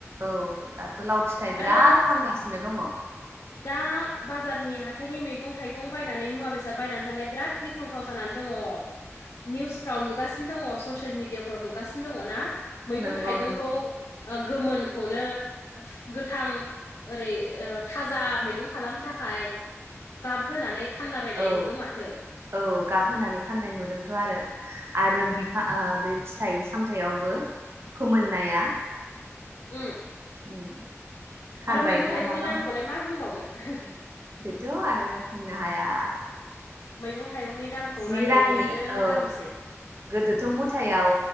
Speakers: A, on the right (about 55°); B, on the left (about 70°).
A: औ दाथ लाव फिथाइ बिराद
B: आरो
A: फानगासिनो दङ।
B: दा बाजारनि हाथाइनि मैगं- थाइगं बायनानै मुवा बेसाद बायनानै जानाया बिराद गि थाव- थाव जानानै दङ निउसफ्राव नुगासिनो दङ ससियेल मिडियाफ्राव नुगासिनो दङ ना मैगं
A: नंगौ
B: थाइगंखौ
A: नंगौ
B: ओ गोमोनखौनो गोथां ओरै ओ थाजा मैगं खालामनो थाखाय गाब होनानै फानलाबायनाय
A: औ
B: नुदों माथो।
A: औ गाब होनानै फाननाय नुदोंथ आरो आरो बिफा ओ बे फिथाइ सामथाइयावबो फोमोननाया
B: ओम
A: उम कार्बाइड
B: आरो मैगं थाइगंनि
A: ना माबा
B: दामखौलाय मा बुंबावनो <unintelligible>
A: बेथ आरो बुंनो हाया।
B: मैगं थाइगंनि दामखौ
A: जि
B: रायलायिआनो
A: रांनि औ
B: गाहामसै।
A: गोदोथ मुथायाव